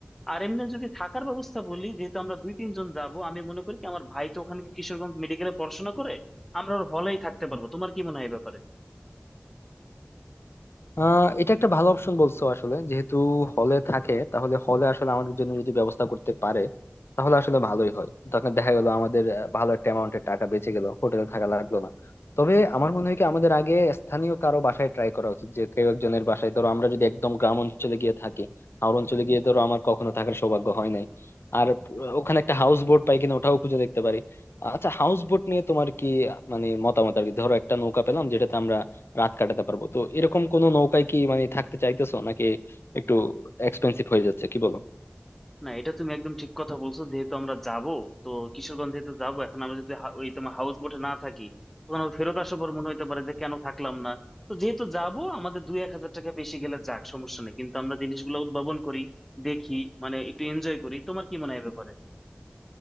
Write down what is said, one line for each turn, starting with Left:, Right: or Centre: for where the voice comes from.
Centre: আর এমনি যদি থাকার ব্যবস্থা বলি যেহেতু আমরা দুই তিনজন যাব আমি মনে করি কি আমার ভাই তো ওখানে কিশোরগঞ্জ মেডিকেলে পড়াশোনা করে আমরা ওর হলেই থাকতে পারবো তোমার কি মনে হয় এই ব্যাপারে
Left: আহ এটা একটা ভালো অপশন বলছো আসলে যেহেতু হলে থাকে তাহলে হলে আসলে আমাদের জন্য যদি ব্যবস্থা করতে পারে তাহলে আসলে ভালোই হয় তখন দেখা গেল আমাদের আহ, ভালো একটা অ্যামাউন্টের টাকা বেঁচে গেল হোটেলে থাকা লাগলো না তবে আমার মনে হয় কি আমাদের আগে স্থানীয় কারো বাসায় ট্রাই করা উচিত যে কেউ একজনের বাসায় ধরো আমরা যদি একদম গ্রাম অঞ্চলে গিয়ে থাকি আর অঞ্চলে গিয়ে ধরো আমার কখনো থাকার সৌভাগ্য হয় নাই আর আহ, ওখানে একটা হাউস বোট পাই কিনা ওটাও খুঁজে দেখতে পারি আচ্ছা হাউস বোট নিয়ে তোমার কি আহ, মানে মতামত আর কি ধরো একটা নৌকা পেলাম যেটাতে আমরা রাত কাটাতে পারবো তো এরকম কোনো নৌকায় কি মানে থাকতে চাইতেছো নাকি একটু এক্সপেন্সিভ হয়ে যাচ্ছে কি বলো
Centre: না এটা তুমি একদম ঠিক কথা বলছো যেহেতু আমরা যাব তো কিশোরগঞ্জ যেহেতু যাবো এখন আমরা যদি হা- ওই তোমার হাউস বোটে না থাকি তখন আবার ফেরত আসার পর মনে হতে পারে যে কেন থাকলাম না তো যেহেতু যাব আমাদের দুই এক হাজার টাকা বেশি গেলে যাক সমস্যা নেই কিন্তু আমরা জিনিসগুলো উদ্ভাবন করি দেখি মানে একটু এনজয় করি তোমার কি মনে হয় এ ব্যাপারে